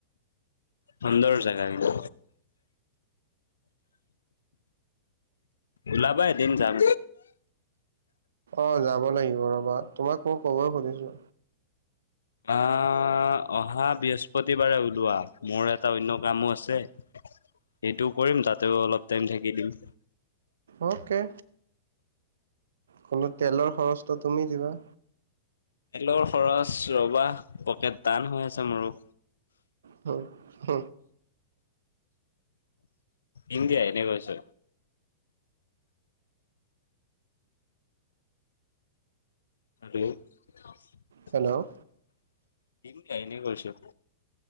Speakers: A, on the left; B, on the right.
A: সুন্দৰ জেগা কিন্তু উলাবা এদিন যাম
B: অ যাব লাগিব ৰবা তোমাক মই কবই খুজিছো
A: আহ অহা বৃহস্পতিবাৰে ওলোৱা মোৰ এটা অন্য কামো আছে সেইটো কৰিম তাতেও অলপ টাইম থাকি দিম
B: অ'কে। কলো তেলৰ খৰচটো তুমি দিবা।
A: তেলৰ খৰচ ৰবা পকেট টান হৈ আছে মোৰো।
B: হু হ।
A: ইন্দিয়াই এনেই কৈছো। আৰু ইন্দিয়াই
B: হেল্ল'
A: এনে কৈছে। <inaudible>